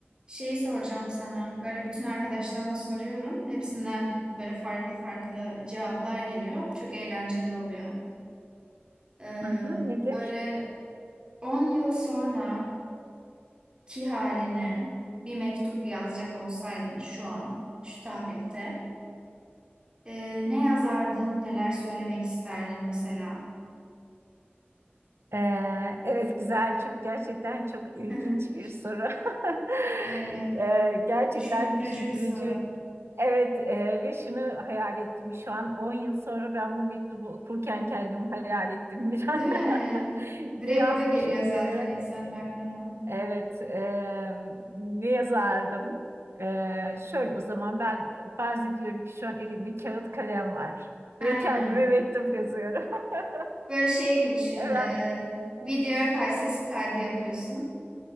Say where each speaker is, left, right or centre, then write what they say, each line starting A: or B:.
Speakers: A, on the right; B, on the right.
A: Şeyi soracağım sana. Böyle bütün arkadaşlarıma soruyorum. Hepsinden böyle farklı farklı cevaplar geliyor. Çok eğlenceli oluyor. Ee,
B: Hı hı, nedir?
A: böyle 10 yıl sonra ki haline bir mektup yazacak olsaydın şu an, şu tarihte, ee, ne yazardın, neler söylemek isterdin mesela?
B: Ee, evet güzel çok gerçekten çok ilginç
A: <laughs>
B: bir soru. <laughs>
A: Evet.
B: Ee, gerçekten
A: düşündürücü
B: düşündürücü.
A: bir soru.
B: ve- Evet e, ve şunu hayal ettim şu an 10 yıl sonra ben bu mektubu okurken kendimi hayal ettim bir
A: Değil
B: an.
A: mi?
B: <laughs> Ne
A: Direkt
B: yazmışım
A: o geliyor zaten
B: diye merak.
A: insanın aklına.
B: Evet e, ne yazardım? E, şöyle o zaman ben farz ediyorum ki şu an elimde kağıt kalem var
A: Aynen.
B: ve kendime mektup yazıyorum. <laughs>
A: Böyle şey gibi düşün.
B: Evet,
A: e, videoya kay, sesli kaydı yapıyorsun.